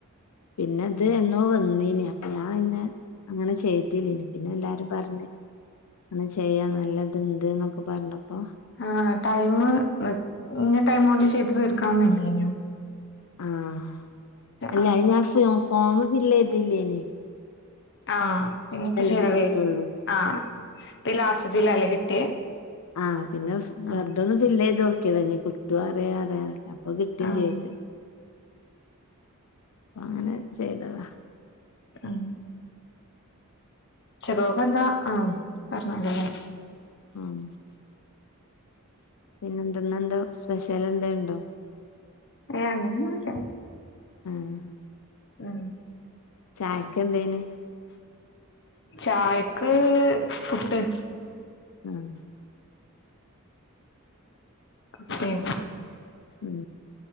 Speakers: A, on the left; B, on the left.
A: പിന്നെ അത്‌ എന്നോ വന്നി യേനി അപ്പം ഞാന് ഇന്നെ അങ്ങനെ ചെയ്തിലനി പിന്നെ എല്ലാരും പറഞ്ഞ് അന്ന് ചെയ്യാ നല്ലത് ഉണ്ടന്നൊക്കെ പറഞ്ഞപ്പൊ
B: ആഹ് ടൈം ഇന്നാ ടൈം കൊണ്ട് ചെയ്ത് തീർക്കാം എന്നില്ലേന്നു
A: ആഹ് അല്ല
B: ആഹ്
A: ഞാൻ ഫോമ് ഫില് ചെയ്തില്ലെന്നു
B: ആ പിന്നെപ്പം ചെയ്തത്
A: ഇത് കിട്ടുള്ളൂ
B: ആഹ് പിന്നെ ലാസ്റ്റിലത്തേതിൽ ആല്ലേ കിട്ടിയേ
A: ആ പിന്നെ വെറുതൊന്നും
B: ആഹ്
A: ഫിൽ ചെയ്ത് നോക്കിയതാ ഇനി കിട്ടുവോ അറിയാ അറിയല്ലോ ഇപ്പൊ കിട്ടുകേം
B: ആഹ്
A: ചെയ്ത് അങ്ങനെ ചെയ്തതാ
B: ഉം ചെറോകന്താ ആ പറഞ്ഞാരുന്നല്ലേ
A: ആഹ് പിന്നെ എന്തുനുയേന്തോ സ്പെഷ്യൽ എന്തെലുണ്ടോ?
B: ഏഹ് അങ്ങനെ ഒന്നുമില്ല
A: ആഹ്
B: ഉം <inaudible>
A: ചായക്ക് എന്തേനി
B: ചായയെക്ക് പുട്ട്
A: ആഹ്
B: അതെ
A: ഉം